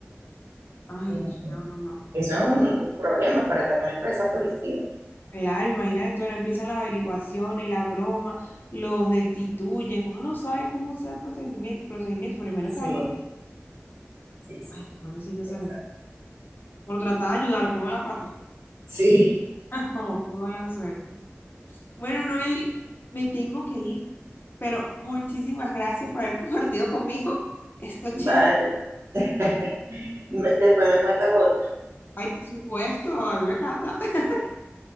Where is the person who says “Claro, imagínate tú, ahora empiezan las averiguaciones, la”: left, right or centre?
Left